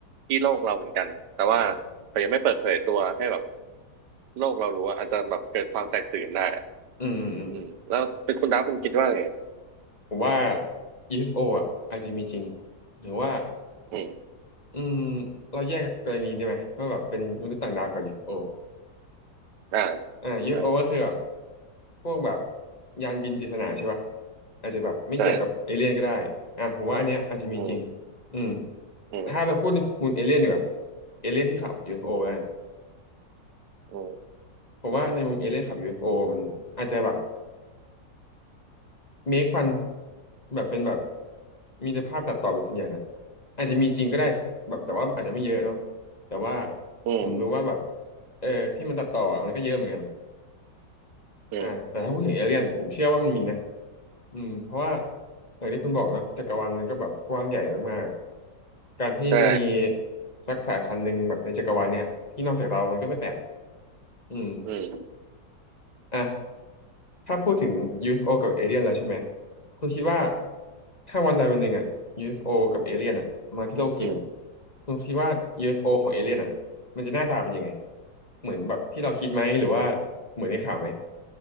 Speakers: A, on the right (about 70°); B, on the left (about 25°).
A: ที่โลกเราเหมือนกันแต่ว่าเขายังไม่เปิดเผยตัวให้แบบ
B: อ่า
A: โลกเรารู้อะอาจจะแบบเกิดความแตกตื่นได้อะ
B: อืมอืมอืม
A: อืมแล้วเป็นคุณดาวคุณคิดว่าไง
B: ผมว่า UFO อฟโออ่ะอาจจะมีจริง หรือว่า
A: อืม
B: อืมเราแยกกรณีได้ไหมว่าแบบเป็นมนุษย์ต่างดาวกับ UFO อฟ
A: อ่า
B: โออ่า UFO
A: ใช่
B: ก็คือแบบพวกแบบยานบินปริศนาใช่ป่ะอาจจะแบบไม่เกี่ยวกับเอเลี่ยนก็ได้อ่าผมว่าอันเนี้ยอาจจะมีจริง
A: ใช่อืม
B: อืม
A: อืม
B: แต่ถ้าเราพูดในมุมเอเลี่ยนดีกว่าเอเลี่ยนที่ขับ UFO กัน
A: อืม
B: ผมว่าในมุมเอเลี่ยนขับ UFO มันอาจจะแบบ เมคฟันแบบเป็นแบบมีแต่ภาพตัดต่อเป็นส่วนใหญ่นะอาจจะมีจริงก็ได้แบบแต่ว่าอาจจะไม่เยอะเนาะแต่ว่า
A: อืม
B: ผมรู้ว่าแบบเออที่มันตัดต่อมันก็เยอะเหมือนกัน
A: อืม
B: อ่าแต่ถ้าพูดถึงเอเลี่ยนผมเชื่อว่ามันมีนะอืมเพราะว่าอย่างที่คุณบอกนะจักรวาลมันก็แบบกว้างใหญ่มากๆการที่จะมี
A: ใช่
B: สักสายพันธุ์หนึ่งแบบในจักรวาลเนี้ยที่นอกจากเรามันก็ไม่แปลกอืม
A: อืม
B: อ่ะ ถ้าพูดถึง UFO กับเอเลี่ยนแล้วใช่ไหมคุณคิดว่าถ้าวันใดวันหนึ่งอ่ะ UFO กับเอเลี่ยนอ่ะมาที่โลกจริง
A: อืม
B: คุณคิดว่า UFO ของเอเลี่ยนอ่ะมันจะหน้าตาเป็นยังไงเหมือนแบบที่เราคิดไหมหรือว่าเหมือนในข่าวไหม